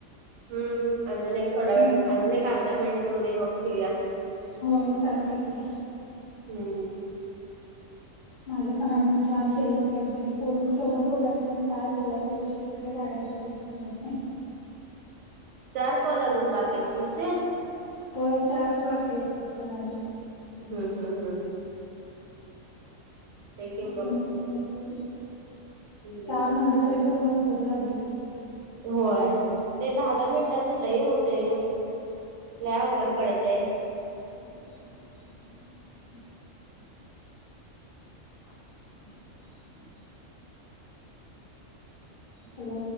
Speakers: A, on the right; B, on the left.
A: हम्म अजून एक थोडा
B: नाहीच
A: वेळ अजून
B: काय
A: एक अर्धा मिनिट होद्या मग ठेवया.
B: होय चालतय की.
A: हम.
B: माझे पण अजून चार शिल्लक आहेत बई बोलून केवं बोलायचं आणि काय बोलायचं विषय.. कुठले काढायचे तेच समजत नाही.
A: चार कॉल अजून बाकेत तुमचे
B: होय चारच बाकी आहेत फक्त माझी
A: हम हम हम. की
B: माझे
A: मग
B: नाही भरपूर
A: हम्म
B: चार म्हटलं तरी पण भरपूर झाले.
A: होय ते दहा दहा मिनिटाचं लय होते. लव गडबडते.
B: <unintelligible> <unintelligible> हॅलो!